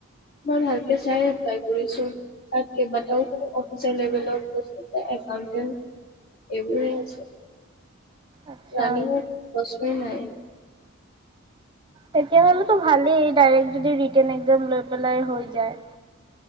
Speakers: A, on the left; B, on the right.
A: মই ভালকে চাই এপ্লাই কৰিছোঁ। তাত, কেইবাটাও চাগে অফিচাৰ লেভেলৰ প'ষ্ট আছে, একাউণ্টেণ্ট। এইবোৰে আছে,
B: আচ্ছা
A: ৰাণীংত প্ৰশ্ন নাই।
B: তেতিয়াহ'লেতো ভালেই ডাইৰেক্ট যদি ৰিটেন এক্সাম লৈ পেলাই হৈ যায়।